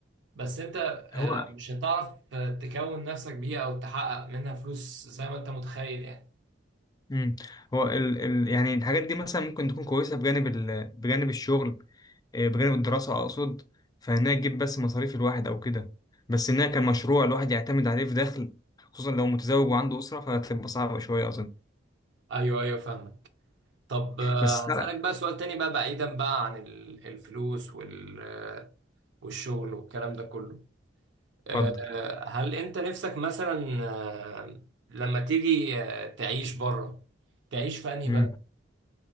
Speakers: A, on the right; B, on the left.
A: بس انت آه،
B: هو
A: مش هتعرف آه، تكون نفسك بيها او تحقق منها فلوس زي ما انت متخيل يعني
B: امم هو ال... ال... يعني الحاجات دي مثلا ممكن تكون كويسه بجانب ال... بجانب الشغل آه، بجانب الدراسه اقصد فانها تجيب بس مصاريف الواحد او كده بس انها كمشروع الواحد يعتمد عليه في دخل خصوصا لو متزوج وعنده اسره فهتبقى صعبه شويه اظن
A: ايوه ايوه فاهمك طب آه،
B: بس
A: هسألك
B: لا
A: بقى سؤال تاني بقى بعيدا بقى عن ال- الفلوس وال آه، والشغل والكلام ده كله آه،
B: اتفضل
A: هل انت نفسك مثلا آه، لما تيجي آه، تعيش بره تعيش في انهي
B: امم
A: بلد